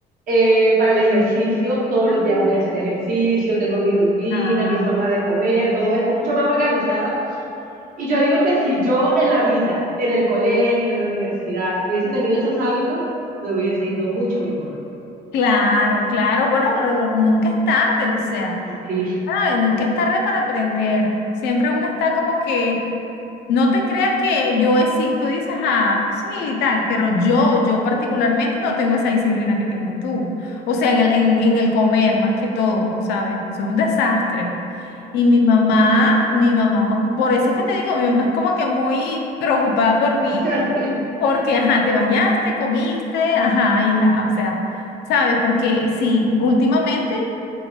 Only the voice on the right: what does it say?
eh, para el ejercicio todos
los días voy a hacer ejercicio, tengo mi rutina,
mi forma de
comer, todo esto, mucho más organizada. Y yo digo que si yo en la vida, en el colegio, en la universidad, hubiese tenido esos hábitos, me hubiese ido mucho mejor.
Sí.
<laughs>